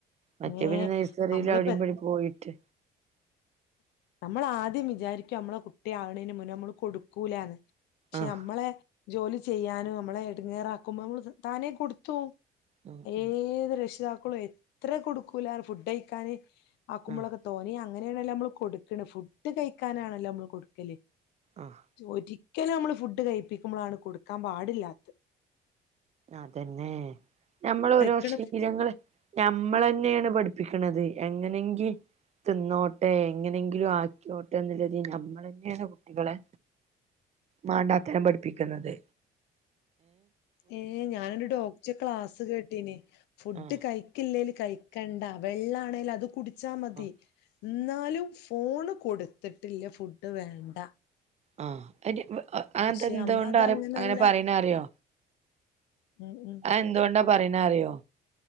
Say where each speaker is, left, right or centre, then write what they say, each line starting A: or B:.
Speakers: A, on the right; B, on the left.
A: മറ്റേ
B: ഏ
A: പിന്നെ നഴ്സറിയിലും
B: നമ്മളിപ്പോ
A: അവിടെ ഇവിടേം പോയിട്ട്
B: നമ്മൾ ആദ്യം വിചാരിക്കും നമ്മളെ കുട്ടിയ ആകുന്നതിന് മുന്നേ നമ്മള് കൊടുക്കൂലന്ന് പക്ഷെ
A: ആഹ്
B: മ്മളെ ജോലി ചെയ്യാനും മ്മളെ എടങ്ങറാക്കുമ്പോ നമ്മ താനേ കൊടുത്തു പോം
A: ഉം
B: ഏത്
A: ഉം
B: രക്ഷിതാക്ക കളും എത്ര കൊടുക്കൂല ഫുഡ് കൈക്കാന് ആക്കുമ്പളൊക്കെ
A: ആഹ്
B: തോനെ അങ്ങനെയണല്ല നമ്മ കൊടു കണ് ഫുഡ് കൈക്കാനാണല്ലോ നമ്മള് കൊടുക്കല്
A: ആഹ്
B: ചൊരി രിക്കലും നമ്മള് ഫുഡ് കൈപിക്കുമ്പോളാണ് കൊടുക്കാൻ പാടില്ലാത്ത
A: അതന്നെ ഞമ്മൾ ഓരോ
B: കഴിക്കണ
A: ശീലൾ ഞമ്മൾ തന്നെയാണ് പഠിപ്പിക്കണത് എങ്ങനെങ്കി തിന്നോട്ടെ എങ്ങനെങ്കിലും ആകെയൊട്ടെ എന്നുള്ളത് നമ്മൾ തന്നെയാണ് കുട്ടികളെ വേണ്ടത്തരം പഠിപ്പി ക്കുന്നത്
B: ഏ ഞാനൊ ഒരു ഡോക്ടറിനെ ക്ലാസ്സ് കേട്ടീന ഫുഡ്
A: ആഹ്
B: കഴിക്കില്ലേല് കഴിക്കണ്ട വെള്ള ആണെലത് കുടി ച്ചാമതി
A: ആഹ്
B: എന്നാലും ഫോണ് കൊടുത്തിട്ടില്ല ഫുഡ് വേണ്ട.
A: ആ <unintelligible> അ അതെന്തുകൊണ്ടാറിയൊ
B: പക്ഷെ നമ്മളത് അങ്ങനല്ല
A: അങ്ങനെ പറയണ അറിയോ?
B: ഉം ഉം
A: അതെന്തുകൊണ്ടാ പറയണേ അറിയോ